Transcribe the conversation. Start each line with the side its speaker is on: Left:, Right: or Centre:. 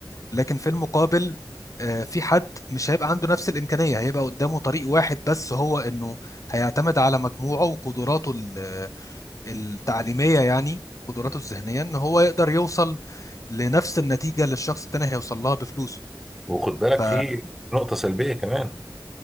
Left: لكن في المقابل آه، في حد مش هيبقى عنده نفس الإمكانية هيبقى قدامه طريق واحد بس هو انه هيعتمد على مجموعه وقدراته ال- التعليمية يعني قدراته
Centre: مم.
Left: الذهنية ان هو يقدر يوصل لنفس النتيجة اللي الشخص التاني هيوصل لها بفلوسه
Centre: وخد بالك
Left: ف
Centre: في نقطة سلبية كمان